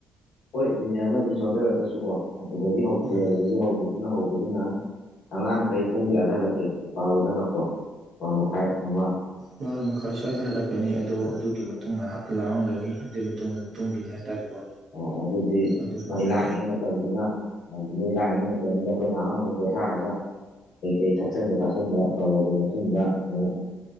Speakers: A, on the left; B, on the right.
A: ꯍꯣꯏ ꯃꯤꯅꯤꯠ ꯑꯃꯅꯤ ꯑꯅꯤ ꯁꯣꯟꯊꯔꯒꯁꯨ ꯀꯣ ꯑꯗꯨꯗꯒꯤ ꯍꯧꯁꯦ
B: ꯎꯝ
A: ꯑꯗꯨꯗꯒꯤ ꯍꯧꯕꯗꯨꯅ ꯍꯧꯕꯗꯨꯅ ꯑꯉꯥꯡꯈꯩ ꯄꯨꯡ ꯀꯌꯥꯗ ꯍꯜꯂꯛꯀꯦ ꯕꯥꯔꯣ ꯜꯂꯛꯄꯣ ꯄꯔ ꯃꯈꯥꯏ ꯑꯃ
B: ꯕꯔ ꯃꯈꯥ ꯁ꯭ꯋꯥꯏꯗ ꯍꯜꯂꯛꯀꯅꯤ ꯑꯗꯣ ꯑꯗꯨꯒꯤ ꯃꯇꯨꯡ ꯉꯍꯥꯛ ꯂꯥꯎꯔꯝꯒꯅꯤ ꯑꯗꯨꯒꯤ ꯃꯇꯨꯡ ꯑꯃꯨꯛ ꯇꯨꯡꯒꯤꯅꯤ ꯍꯥꯏꯇꯥꯔꯦꯀꯣ
A: ꯑ ꯑꯗꯨꯗꯤ
B: ꯑꯗꯨꯀꯥꯟꯗ
A: ꯃꯣꯏ ꯂꯥꯡꯉꯩ ꯃꯇꯝꯗꯨꯅ ꯃꯣꯏ ꯂꯥꯡꯏꯉꯩ ꯃꯇꯝꯗꯨꯗ ꯑꯩꯈꯣꯏ ꯉꯥꯏꯍꯥꯛ ꯑꯃꯨꯛ ꯄꯣꯊꯥꯔꯒ ꯀꯩꯀꯩ ꯊꯛꯆꯟꯕ ꯆꯥꯁꯤꯟꯕ ꯇꯧꯔꯕ ꯃꯇꯨꯡꯗ ꯑꯃꯨꯛ